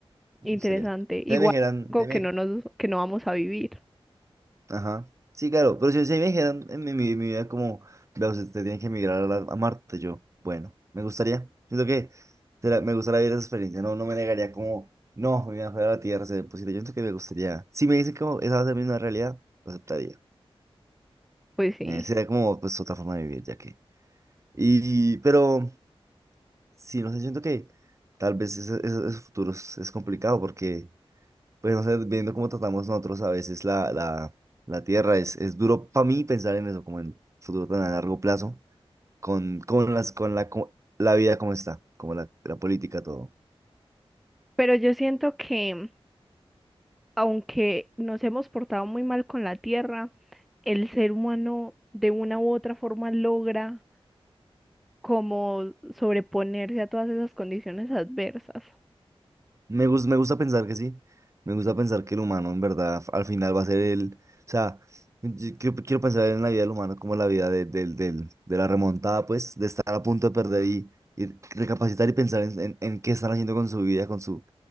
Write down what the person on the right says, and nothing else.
me
gustaría.
Si me dijeran,
si me-
ajá, sí, claro, pero si, si me dijeran en mi, mi- mi vida como, veo, usted tiene que emigrar a, la- a Marte, yo, bueno, me gustaría. Siento que será- me gustaría vivir esa experiencia, no, no me negaría como, no, mi vida fuera de la Tierra sería imposible. Yo siento que me gustaría. Si me dicen como, esa va a ser mi nueva realidad, lo aceptaría.
Eh, sería como, pues, otra forma de vivir, ya que. Y, pero. Sí, no sé, siento que tal vez ese, ese- ese futuro es, es complicado porque, pues no sé, viendo cómo tratamos nosotros a veces la, la, la tierra, es, es duro para mí pensar en eso, como en futuro tan a largo plazo, con, con, las, con la, co- la vida como está, como la, la política, todo.
Me gusta, me gusta pensar que sí. Me gusta pensar que el humano, en verdad, al final va a ser el. O sea, yo quiero, quiero pensar en la vida del humano como la vida de, del- del- de la remontada, pues, de estar a punto de perder y, y recapacitar y pensar en, en- en qué están haciendo con su vida, con su,